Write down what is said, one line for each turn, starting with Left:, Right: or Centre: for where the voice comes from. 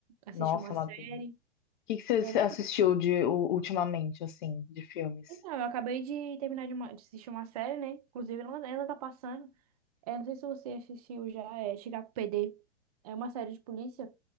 Right: assistir
Left: Nossa,
Right: uma
Left: Matheus.
Right: série.
Left: O que que
Right: É
Left: você
Right: muito
Left: assistiu
Right: bom.
Left: de u- ultimamente, assim, de filmes?
Right: Então, eu acabei de terminar de, uma- de assistir uma série, né? Inclusive, ela, ela tá passando. É, não sei se você assistiu já, é Chicago PD. É uma série de polícia.